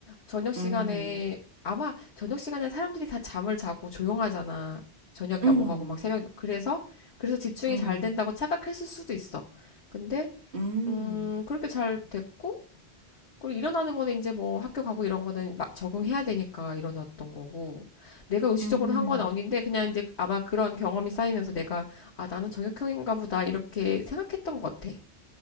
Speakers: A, on the left; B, on the right.
A: 저녁 시간에,
B: 음,
A: 아마 저녁 시간에 사람들이 다 잠을 자고 조용하잖아. 저녁 넘어가고
B: 음,
A: 막 새벽, 그래서, 그래서 집중이
B: 음,
A: 잘 된다고 착각했을 수도 있어. 근데
B: 음,
A: 음, 그렇게 잘 됐고, 그리고 일어나는 거는 이제 뭐 학교 가고 이런 거는 막 적응해야 되니까 일어났던 거고, 내가 의식적으로
B: 음,
A: 한 건 아닌데, 그냥 이제 아마 그런 경험이 쌓이면서 내가, 아, 나는 정형외과인가 보다, 이렇게 생각했던 것 같아.